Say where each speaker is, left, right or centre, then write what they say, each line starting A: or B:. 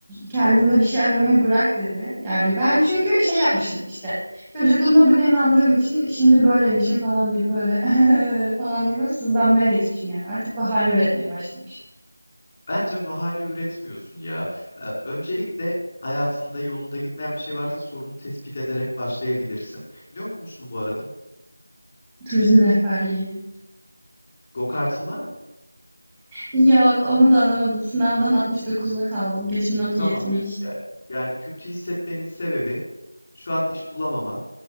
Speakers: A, in the centre; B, on the left.
A: kendinde bir şey aramayı bırak dedi. Yani ben çünkü şey yapmışım işte çocukluğumda buna inandığım için şimdi böyleymişim falan deyip böyle <laughs> falan diye böyle sızlanmaya geçmişim yani. Artık bahane üretmeye başlamışım.
B: Bence bahane üretmiyorsun ya. Ee, öncelikle hayatında yolunda gitmeyen bir şey varsa sorunu tespit ederek başlayabilirsin. Ne okumuştun bu arada?
A: Turizm rehberliği.
B: Go-kart'ın var mı?
A: Yok onu da alamadım. Sınavdan 69'la kaldım. Geçme notu
B: Tamam.
A: yetmiş
B: Yani, yani kötü hissetmenin sebebi şu an iş bulamaman.